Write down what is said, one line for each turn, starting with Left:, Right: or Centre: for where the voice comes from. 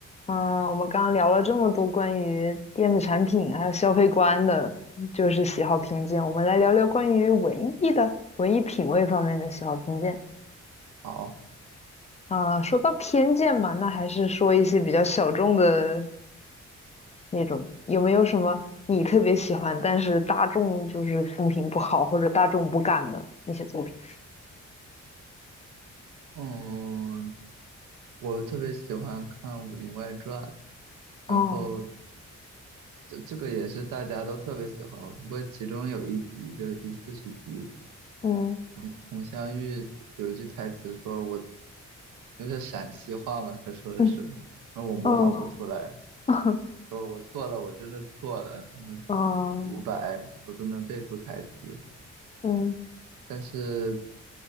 Left: 嗯，我们刚刚聊了这么多关于电子产品还有消费观的，就是喜好偏见。我们来聊聊关于文艺的文艺品味方面的喜好偏见。
Right: 好，
Left: 啊、说到偏见嘛，那还是说一些比较小众的那种。有没有什么你特别喜欢，但是大众就是风评不好或者大众不敢的那些作品？
Right: 嗯，我特别喜欢看《武林外传》，然后
Left: 哦，
Right: 这这个也是大家都特别喜欢，不过其中有一集就是第四十集，
Left: 嗯
Right: 佟佟湘玉有一句台词说我。就是陕西话嘛，他说的是，
Left: 嗯
Right: 那我模仿不出来，
Left: 嗯 <laughs>
Right: 说我错了，我真的错了，嗯，
Left: 嗯
Right: 独白我都能背出台词，
Left: 嗯，
Right: 但是